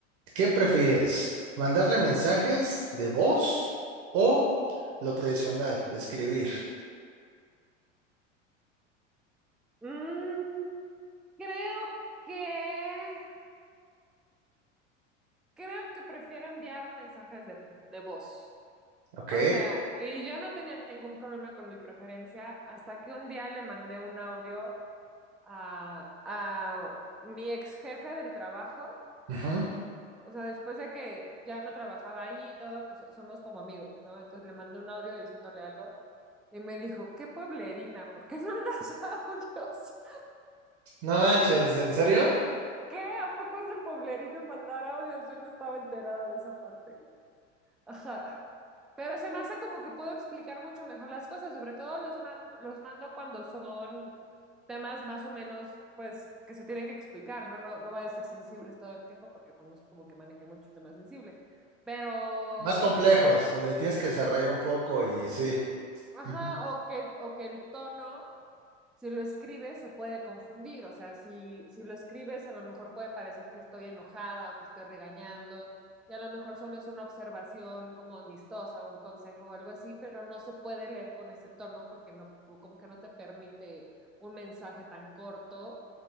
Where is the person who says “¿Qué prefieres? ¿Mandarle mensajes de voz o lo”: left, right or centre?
Right